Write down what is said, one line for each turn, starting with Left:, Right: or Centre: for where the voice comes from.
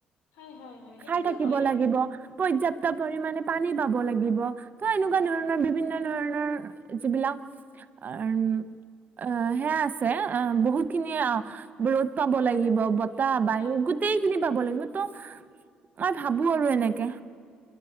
Left: হয় হয় হয় সেইটোতো
Right: খাৰ থাকিব
Left: হয়ে
Right: লাগিব। পৰ্যাপ্ত পৰিমানে পানী পাব লাগিব, ত' এনেকুৱা ধৰণৰ বিভিন্ন ধৰণৰ যিবিলাক <unintelligible> সেয়া আছে বহুতখিনি ৰ'দ পাব লাগিব, বতাহ, বায়ু
Left: হয়
Right: গোটেইখিনি পাব লাগিব। ত' মই ভাবো আৰু এনেকে।